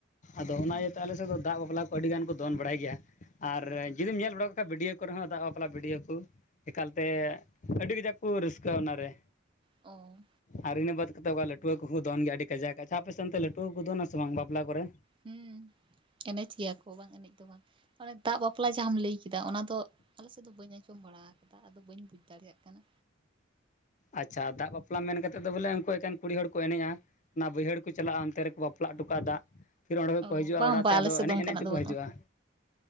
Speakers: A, on the left; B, on the right.
A: ᱟᱫᱚ ᱚᱱᱟ
B: ᱦᱮᱸ
A: ᱤᱭᱟᱹᱛᱮ ᱟᱞᱮ ᱥᱮᱫ ᱫᱚ ᱫᱟᱜ ᱵᱟᱯᱞᱟ ᱟᱹᱰᱤᱜᱟᱱ ᱠᱚ ᱫᱚᱱ ᱵᱟᱲᱟᱭ ᱜᱮᱭᱟ ᱟᱨ ᱡᱩᱫᱤᱢ ᱧᱮᱞ ᱵᱟᱲᱟᱣ ᱠᱟᱜ ᱠᱷᱟᱡ ᱵᱷᱤᱰᱤᱭᱳ ᱠᱚᱨᱮ ᱦᱚᱸ ᱫᱟᱜ ᱵᱟᱯᱞᱟ ᱵᱷᱤᱰᱭᱳ᱾ ᱠᱩ ᱮᱠᱟᱞᱛᱮ ᱟᱹᱰᱤ ᱠᱟᱡᱟᱠ ᱠᱩ ᱨᱟᱹᱥᱠᱟᱹᱜ ᱚᱱᱟᱨᱮ᱾
B: ᱚ
A: ᱟᱨ ᱤᱱᱟᱹ ᱵᱟᱫ ᱠᱟᱛᱮᱜ ᱚᱠᱟ ᱞᱟᱹᱴᱩ ᱦᱟᱹᱠᱩ ᱠᱩ ᱫᱚᱱ ᱜᱮᱭᱟ ᱟᱹᱰᱤ ᱠᱟᱡᱟᱠ ᱟᱪᱪᱷᱟ ᱟᱯᱮ ᱥᱮᱜ ᱚᱱᱛᱮ ᱞᱟᱹᱴᱩ ᱦᱚᱲ ᱠᱩ ᱫᱚᱱᱟ ᱥᱮ ᱵᱟᱝ ᱵᱟᱯᱞᱟ ᱠᱚᱨᱮ?
B: ᱦᱩᱸ ᱮᱱᱮᱡ ᱜᱮᱭᱟ ᱠᱚ ᱵᱟᱝ ᱮᱱᱮᱡ ᱫᱚ ᱵᱟ ᱚᱱᱮ ᱫᱟᱜ ᱵᱟᱯᱞᱟ ᱡᱟᱸᱦᱟᱢ ᱞᱟᱹᱭ ᱠᱮᱫᱟ ᱚᱱᱟ ᱫᱚ ᱟᱞᱮ ᱥᱮᱫ ᱫᱚ ᱵᱟᱹᱧ ᱟᱸᱡᱚᱢ ᱵᱟᱲᱟ ᱟᱠᱟᱫᱟ᱾ ᱟᱫᱚ ᱵᱟᱹᱧ ᱵᱩᱡᱽ ᱫᱟᱲᱮᱭᱟᱜ ᱠᱟᱱᱟ᱾
A: ᱟᱪᱪᱷᱟ ᱫᱟᱜ ᱵᱟᱯᱞᱟ ᱢᱮᱱ ᱠᱟᱛᱮᱫ ᱫᱚ ᱵᱚᱞᱮ ᱩᱱᱠᱩ ᱮᱠᱮᱱ᱾ ᱠᱩᱲᱤ ᱦᱚᱲ ᱠᱚ ᱮᱱᱮᱡᱼᱟ, ᱚᱱᱟ ᱵᱟᱹᱭᱦᱟᱹᱲ ᱠᱩ ᱪᱟᱞᱟᱜᱼᱟ᱾ ᱚᱱᱛᱮ ᱨᱮᱠᱚ ᱵᱟᱯᱞᱟ ᱚᱴᱚ ᱠᱟᱜ-ᱟ ᱫᱟᱜ᱾ ᱯᱷᱤᱨ ᱚᱸᱰᱮ ᱠᱷᱚᱡ
B: ᱚ
A: ᱠᱚ ᱦᱤᱡᱩᱜᱼᱟ
B: ᱵᱟᱝ
A: ᱚᱲᱟᱜᱛᱮ
B: ᱵᱟᱝ
A: ᱟᱫᱚ
B: ᱟᱞᱮ ᱥᱮᱫ
A: ᱮᱱᱮᱡ
B: ᱫᱚ ᱚᱱᱠᱟᱱᱟᱜ
A: ᱮᱱᱮᱡ ᱛᱮᱠᱚ
B: ᱫᱚ ᱵᱟᱹᱱᱩᱜᱼᱟ
A: ᱦᱤᱡᱩᱜᱼᱟ